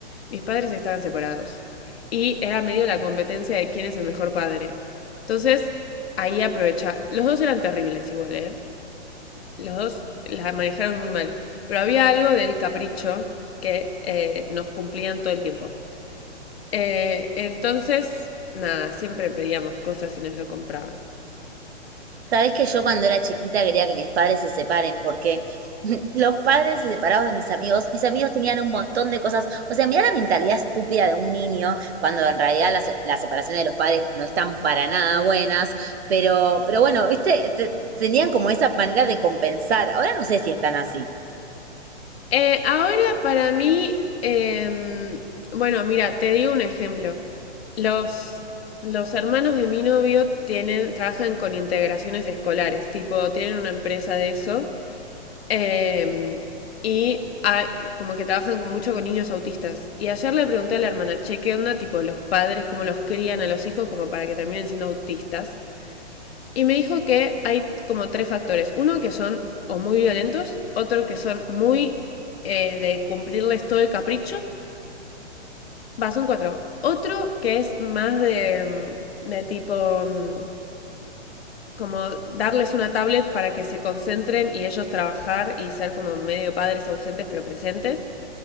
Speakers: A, on the left (about 60°); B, on the right (about 60°).
A: Mis padres estaban separados y era medio la competencia de quién es el mejor padre. Entonces, ahí aprovecha. Los dos eran terribles igual, ¿eh? los dos la manejaron muy mal. Pero había algo del capricho que eh, nos cumplían todo el tiempo. Eh, entonces, nada, siempre pedíamos cosas y nos lo compraban.
B: Sabés que yo cuando era chiquita quería que mis padres se separen porque <laughs> los padres se separados de mis amigos, mis amigos tenían un montón de cosas. O sea, mirá la mentalidad estúpida de un niño cuando en realidad las, las separaciones de los padres no están para nada buenas. Pero, pero bueno, viste, Te- tenían como esa manera de compensar. Ahora no sé si están así.
A: Eh, ahora para mí, eh, bueno, mira, te digo un ejemplo. Los, los hermanos de mi novio tienen, trabajan con integraciones escolares, tipo, tienen una empresa de eso Eh, y ah, como que trabajan con, mucho con niños autistas. Y ayer le pregunté a la hermana, che, ¿qué onda? Tipo, los padres, cómo los crían a los hijos como para que terminen siendo autistas. Y me dijo que hay como tres factores. Uno que son o muy violentos, otro que son muy eh, de cumplirles todo el capricho. Va, son cuatro. Otro que es más de, de tipo mm, como darles una tablet para que se concentren y ellos trabajar y ser como medio padres ausentes pero presentes.